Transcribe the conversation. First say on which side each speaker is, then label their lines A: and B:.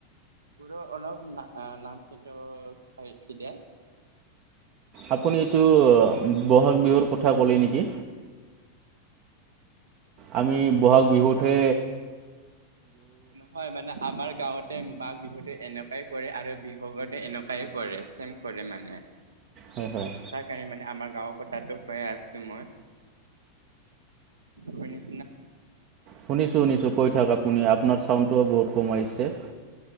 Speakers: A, on the right; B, on the right.
A: গৰু অণৱ হ নাম কিন্তু খ
B: আপুনি এইটো বহাগ বিহুৰ কথা ক'লে নেকি? আমি বহাগ বিহুতে
A: ন নহয় মানে আমাৰ। গাঁৱতে মাঘ বিহুত এনেকুৱাই কৰে আৰু বিহুতে এনেকুৱাই কৰে চেম কৰে মানে।
B: হয় হয়
A: তাৰ কাৰণে মানে আমাৰ গাঁওক তাতো কৈয়ে আছো মই শুনিছো।
B: শুনিছো শুনিছো। কৈ থাক আপুনি আপোনাৰ চাউণ্ডটোও বহুত কম আহিছে।